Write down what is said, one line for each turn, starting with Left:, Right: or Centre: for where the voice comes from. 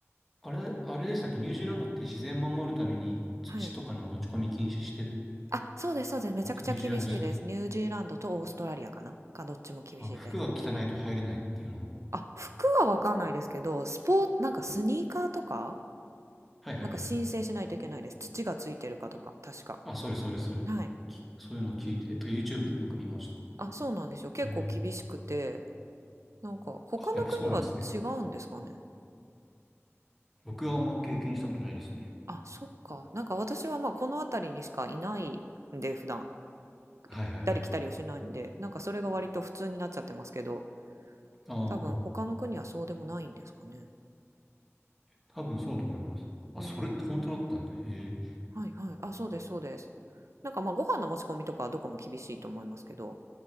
Centre: あれ、あれでしたっけニュージーランドって自然守るために土とかの持ち込み禁止してる
Right: はい。あ、そうです、そうです。めちゃくちゃ厳しいです。
Centre: ってニュージーランドでしたっけ
Right: ニュージーランドとオーストラリアかなかどっちも厳しいです。
Centre: あ、服が汚いと入れないっていうのを。
Right: あ、服はわかんないですけど、スポーツ、なんかスニーカーとか、
Centre: はいはいはい。
Right: なんか申請しないといけないです。土がついてるかとか、確か。
Centre: あ、それそれそれ。
Right: はい。
Centre: きそういうのを聞いて、とか YouTube でなんか見ました。
Right: あ、そうなんですよ。結構厳しくて、
Centre: ええ。
Right: なんか他の国は違うんですかね。
Centre: あ、やっぱそうなんですね。僕はあんま経験したことないですね。
Right: あ、そっか。なんか私はまあこの辺りにしかいないんで、普段。
Centre: はいはいはい。
Right: 行ったり来たりをしないんで、なんかそれが割と普通になっちゃってますけど、
Centre: ああ、
Right: 多分他の国はそうでもないんですかね。
Centre: 多分そうだと思います。あ、
Right: へえ。
Centre: それって本当だったんだ。へえ。
Right: はいはい。あ、そうですそうです。なんかまあご飯の持ち込みとかはどこも厳しいと思いますけど、